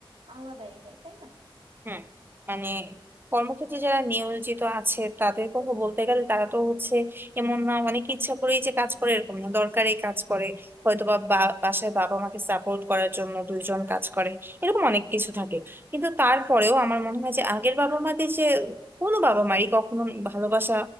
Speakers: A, on the right; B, on the right.
A: আলাদাই হয় তাই
B: হুম মানে কর্মক্ষেত্রে যারা নিয়োজিত আছে তাদের কথা বলতে গেলে তারা তো হচ্ছে এমন না অনেকে ইচ্ছা করেই যে কাজ করে এরকম না দরকারে কাজ করে হয়তোবা বা বা- বাসায় বাবা মাকে সাপোর্ট করার জন্য দুইজন কাজ করে এরকম অনেক কিছু থাকে কিন্তু তারপরেও আমার মনে হয় যে আগের বাবা মাদের যে কোনো বাবা মারই কখনো ভালোবাসা